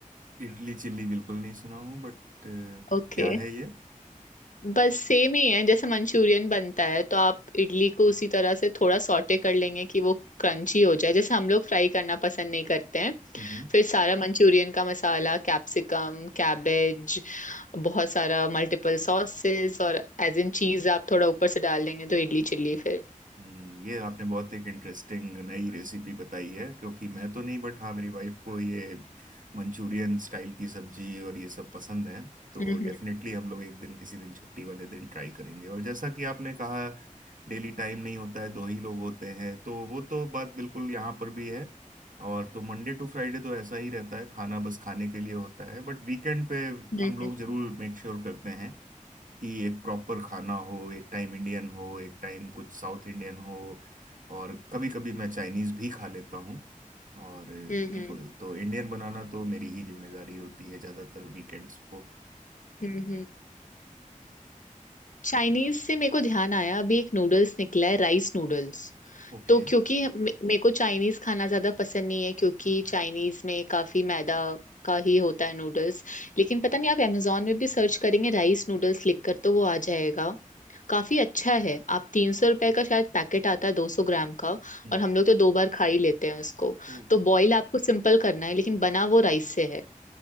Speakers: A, on the right (about 70°); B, on the left (about 65°).
A: इडली चिल्ली बिल्कुल नहीं सुना हूँ बट
B: ओके
A: क्या है ये
B: बस सेम ही है जैसे मंचूरियन बनता है तो आप इडली को उसी तरह से थोड़ा सॉटे कर लेंगे कि वो क्रंची हो जाए जैसे हम लोग फ्राई करना पसंद नहीं करते हैं
A: हम्म
B: फिर सारा मंचूरियन का मसाला कैप्सिकम कैबेज बहुत सारा मल्टीपल सॉसेस और एज इन चीज आप थोड़ा ऊपर से डाल लेंगे तो इडली चिल्ली फिर
A: हम्म, ये आपने बहुत एक इंटरेस्टिंग नई रेसिपी बताई है क्योंकि मैं तो नहीं बट हाँ मेरी वाइफ को ये मंचूरियन स्टाइल की सब्जी और ये सब पसंद है तो
B: हम्म
A: डेफिनेटली हम लोग एक दिन किसी दिन छुट्टी वाले दिन ट्राई करेंगे और जैसा कि आपने कहा डेली टाइम नहीं होता है दो ही लोग होते हैं तो वो तो बात बिल्कुल यहाँ पर भी है और तो मंडे टू फ्राइडे तो ऐसा ही रहता है खाना बस खाने के लिए होता है बट वीकेंड पे हम
B: हम्म
A: लोग जरूर मेक श्योर करते हैं कि एक प्रॉपर खाना हो एक टाइम इंडियन हो एक टाइम कुछ साउथ इंडियन हो और कभी कभी मैं चाइनीज भी खा लेता हूँ और अ,
B: हम्म
A: बिल्कुल
B: हम्म
A: तो इंडियन बनाना तो मेरी ही जिम्मेदारी होती है ज्यादातर वीकेंड्स को
B: हम्म हम्म, चाइनीज से मेरे को ध्यान आया अभी एक नूडल्स निकला है राइस नूडल्स
A: ओके
B: तो क्योंकि मे- मेरे को चाइनीज खाना ज्यादा पसंद नहीं है क्योंकि चाइनीज में काफी मैदा का ही होता है नूडल्स लेकिन पता नहीं आप amazon में भी सर्च करेंगे राइस नूडल्स लिखकर तो वो आ जाएगा काफी अच्छा है आप तीन सौ रुपए का शायद पैकेट आता है दो सौ ग्राम का
A: हम्म,
B: और हम लोग तो दो बार खा ही लेते हैं उसको
A: तो
B: तो बॉईल आपको सिंपल करना है लेकिन बना वो राइस से है